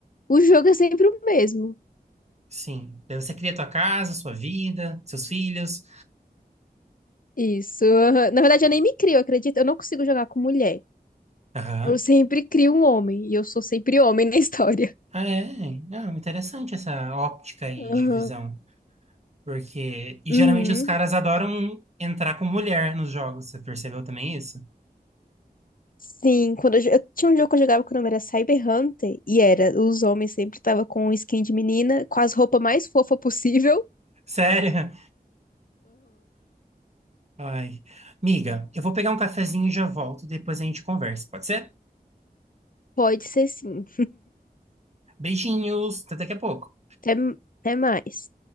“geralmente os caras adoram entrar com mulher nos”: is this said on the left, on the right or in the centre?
Right